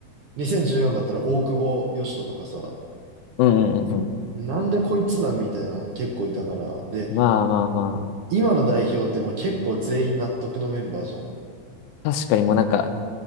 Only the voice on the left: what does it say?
うんうんうんう
ん。まあまあまあ。
確かにもうなんか、